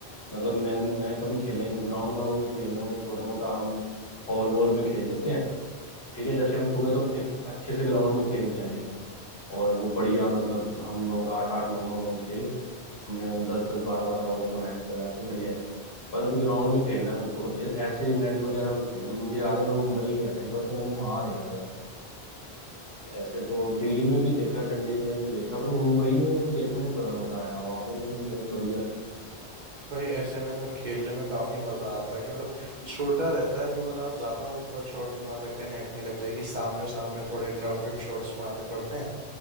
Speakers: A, on the left; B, on the right.
A: मतलब मैं मैं कभी खेला ही नहीं ग्राउंड ग्राउंड में खेल रहा हूँ या छोटा मोटा हम हॉल वॉल में खेल लेते हैं ठीक है जैसे हम सुबह तो एक अच्छे से ग्राउंड में खेल के आए हैं और वो बढ़िया मतलब हम लोग आठ आठ नौ नौ लोग थे हमने दस दस बारह बारह ओवर का मैच लगाया तो बढ़िया है पर अभी ग्राउंड में खेलना है मेरे को ए- ऐसे नेट वगैरह में खेलना है मुझे याद है मैं मुंबई गया था एक बार तो मैंने वहां देखा था ऐसे तो दिल्ली में भी देखा चंडीगढ़ में भी देखा पर मुंबई में मेरे को देखने में बड़ा मजा आया वहां पे मतलब बहुत बढ़िया था।
B: भाई ऐसे में ना खेलने में काफी मजा आता है कि मतलब छोटा रहता है कि मतलब आप ज्यादा ऊपर शॉट नहीं मार सकते नेट में ही लग जाएगी सामने सामने थोड़े ग्राउंडेड शॉट्स मारने पड़ते हैं